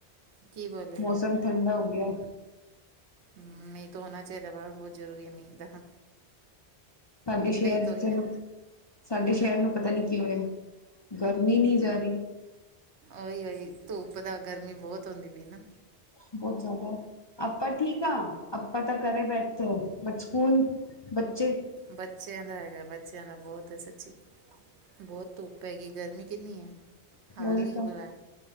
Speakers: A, on the right; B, on the left.
A: ਕੀ ਬੋਲੇ ਫਿਰ
B: ਮੌਸਮ ਠੰਡਾ ਹੋ ਗਿਆ।
A: ਮ ਮੀਂਹ ਤਾਂ ਹੋਣਾ ਚਾਹੀਦਾ ਵਾ ਬਹੁਤ ਜ਼ਰੂਰੀ ਹੈ ਮੀਂਹ ਤਾਂ।
B: ਸਾਡੇ ਸ਼ੇਰ
A: ਤਾਂ ਹੀ
B: ਚ
A: ਹੈ
B: ਸਾਡੇ ਸ਼ਹਿਰ ਨੂੰ ਪਤਾ ਨੀ ਕੀ ਹੋਇਆ। ਗਰਮੀ ਨਹੀ ਜਾ ਰਹੀ।
A: ਉਹੀ ਓਹੀ, ਧੁੱਪ ਦਾ ਗਰਮੀ ਬਹੁਤ ਹੁੰਦੀ ਪਈ ਨਾ।
B: ਬਹੁਤ ਜ਼ਿਆਦਾ। ਆਪਾ ਠੀਕ ਆਂ, ਆਪਾ ਤਾਂ ਘਰੇ ਬੈਠੇ ਆਂ। ਬਟ ਸਕੂਲ, ਬੱਚੇ
A: ਬੱਚਿਆਂ ਦਾ ਹੈਗਾ, ਬੱਚਿਆਂ ਦਾ ਬਹੁਤ ਹੈ ਸੱਚੀ ਬਹੁਤ ਧੁੱਪ ਹੈੈਗੀ। ਗਰਮੀ ਕਿੰਨੀ ਏ। ਹਾਲ
B: ਉਹੀ
A: ਹੀ
B: ਤਾਂ
A: ਬੁਰਾ,